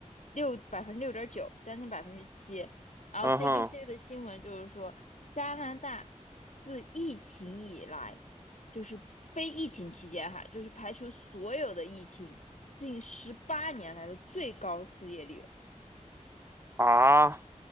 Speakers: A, on the left; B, on the right.
A: 六百分之六点九，将近百分之七。然后
B: 嗯哼，
A: CBC 的新闻就是说，加拿大自疫情以来，就是非疫情期间哈，就是排除所有的疫情，近十八年来的最高失业率。
B: 啊，